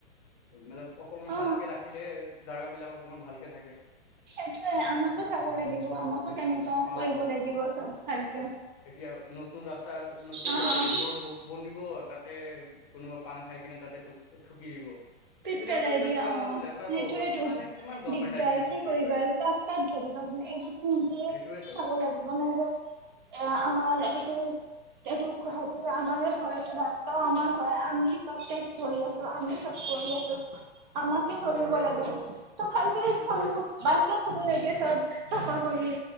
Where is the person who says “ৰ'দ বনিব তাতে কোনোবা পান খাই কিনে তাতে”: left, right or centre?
Left